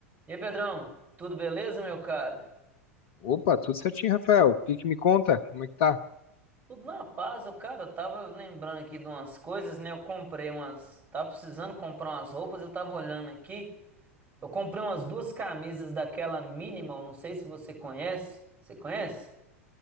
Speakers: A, on the right; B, on the left.
A: E aí, Pedrão, tudo beleza, meu cara?
B: Opa, tudo certinho, Rafael. O que que me conta? Como é que tá?
A: Tudo na paz, ô cara, eu tava lembrando aqui de umas coisas, né? Eu comprei umas. Tava precisando comprar umas roupas, eu tava olhando aqui. Eu comprei umas duas camisas daquela Minimal, não sei se você conhece. Você conhece?